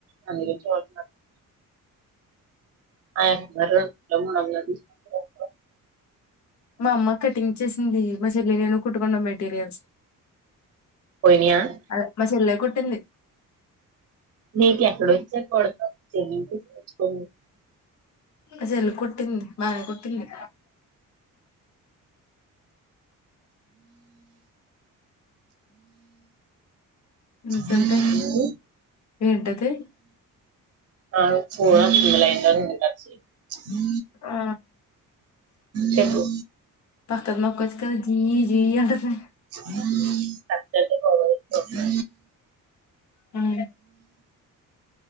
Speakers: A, on the right (about 45°); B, on the left (about 55°).
A: అందుకె చూత్న <inaudible>
B: మా అమ్మ కటింగ్ చేసింది మా చెల్లి నేను కుట్టుకున్నాం మెటీరియల్స్
A: పోయినాయా
B: అద మ చెల్ల కుటింది
A: నీకెక్కడోచ్ <inaudible>
B: చెల్లి కొట్టింది బానే కొట్టింది ఇంకేంటి
A: హ్మ్
B: ఏంటది
A: ఆ ఫోన్ లైన్లో ఉది
B: ఆ
A: చెప్పు
B: పక్కన్నోకొచ్ కదా జీ జీ అంటది
A: <unintelligible>
B: హ్మ్